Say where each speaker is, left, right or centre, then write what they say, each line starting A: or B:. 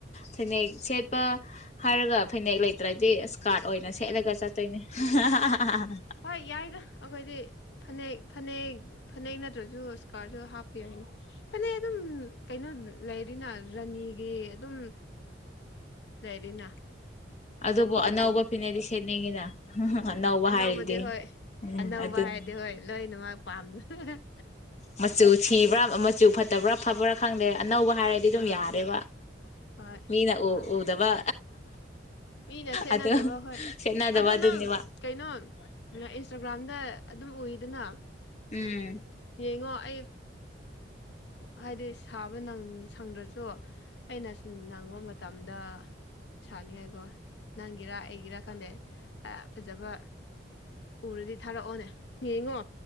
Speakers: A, on the left; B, on the left.
A: ꯐꯅꯦꯛ ꯁꯦꯠꯄ ꯍꯥꯏꯔꯒ ꯐꯅꯦꯛ ꯂꯩꯇ꯭ꯔꯗꯤ ꯏꯁꯀꯥꯔꯠ ꯑꯣꯏꯅ ꯁꯦꯠꯂꯒ ꯆꯠꯇꯣꯏꯅꯦ <unintelligible>
B: ꯍꯣꯏ ꯌꯥꯏꯗ ꯑꯩꯈꯣꯏꯗꯤ ꯐꯅꯦꯛ ꯐꯅꯦꯛ ꯐꯅꯦꯛ ꯅꯠꯇ꯭ꯔꯁꯨ ꯏꯁꯀꯥꯔꯠꯁꯨ ꯍꯥꯞꯄꯤꯌꯨ ꯌꯥꯏ ꯐꯅꯦꯛ ꯑꯗꯨꯝ ꯀꯩꯅꯣ ꯂꯩꯔꯤꯅ ꯔꯥꯅꯤꯒꯤ ꯑꯗꯨꯝ ꯗꯗꯥꯏꯔꯤꯅ <unintelligible>
A: ꯑꯗꯨꯕꯨ ꯑꯅꯧꯕ ꯐꯤꯅꯗꯤ ꯁꯦꯠꯅꯤꯡꯉꯤꯅ ꯑꯅꯧꯕ
B: ꯑꯅꯧꯕꯗꯤ
A: ꯍꯥꯏꯔꯗꯤ
B: ꯍꯣꯏ
A: ꯎꯝ
B: ꯑꯅꯧꯕ
A: ꯑꯗꯨꯅꯤ
B: ꯍꯥꯏꯗꯤ ꯍꯣꯏ ꯂꯣꯏꯅꯃꯛ ꯄꯥꯝꯅ
A: ꯃꯆꯨ ꯁꯤꯕ꯭ꯔꯥ ꯃꯆꯨ ꯐꯠꯇꯕ꯭ꯔꯥ ꯐꯕ꯭ꯔꯥ ꯈꯪꯗꯦ ꯑꯅꯧꯕ ꯍꯥꯏꯔꯗꯤ ꯑꯗꯨꯝ
B: ꯑꯥ
A: ꯌꯥꯔꯦꯕ
B: ꯍꯣꯏ
A: ꯃꯤꯅ
B: ꯌꯥꯝꯅꯤ
A: ꯎ ꯎꯗꯕ
B: ꯃꯤꯅ ꯁꯦꯠꯅꯗꯕ
A: ꯑꯗꯨ
B: ꯍꯣꯏ
A: ꯁꯦꯠꯅꯗꯕ
B: ꯑꯗꯣ
A: ꯑꯗꯨꯅꯦꯕ
B: ꯅꯪ ꯀꯩꯅꯣ ꯏꯟꯁꯇꯥꯒ꯭ꯔꯥꯝꯗ ꯑꯗꯨꯝ ꯎꯏꯗꯅ
A: ꯎꯝ
B: ꯌꯦꯡꯉꯣ ꯑꯩ ꯍꯥꯏꯗꯤ ꯁꯥꯕ ꯁꯪꯗ꯭ꯔꯁꯨ ꯑꯩꯅ ꯅꯪꯕ ꯃꯇꯝꯗ ꯁꯥꯅꯤꯡꯉꯥꯏꯀꯣ ꯅꯪꯒꯤꯔ ꯑꯩꯒꯤꯔꯥ ꯈꯟꯗꯦ ꯐꯖꯕ ꯄꯨꯔꯗꯤ ꯊꯥꯔꯛꯑꯣꯅꯦ ꯌꯦꯡꯉꯣ